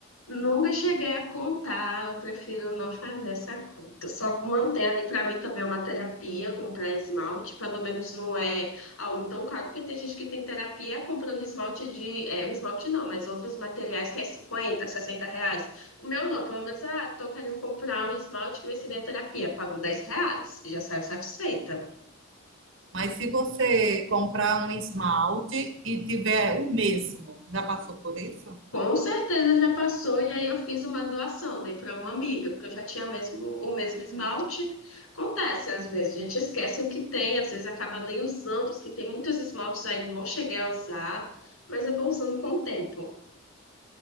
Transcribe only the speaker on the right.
mas se você comprar um esmalte e tiver o mesmo, já passou por isso?